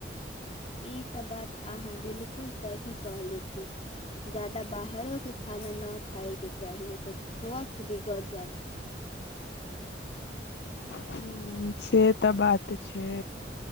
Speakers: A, on the left; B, on the left.
A: ई तऽ बात अहाँ बिलकुल सही कहले छी जादा बाहरोे खाना नहि खायके चाही ने तऽ स्वास्थ्य बिगड़ जा
B: ह से तऽ बात छै